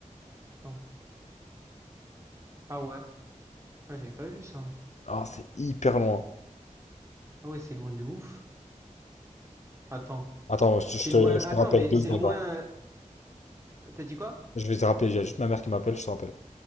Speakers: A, on the right; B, on the left.
A: Attends. Ah ouais, ouais, j'avais pas vu ça.
B: Ah, c'est hyper loin.
A: Ah ouais, c'est loin de ouf. Attends.
B: Attends, je,
A: C'est
B: te, je te,
A: loin. Attends,
B: je te rappelle
A: mais
B: deux
A: c'est
B: secondes.
A: loin.
B: là.
A: T'as dit quoi?
B: Je vais te rappeler. Il y a juste ma mère qui m'appelle, je te rappelle.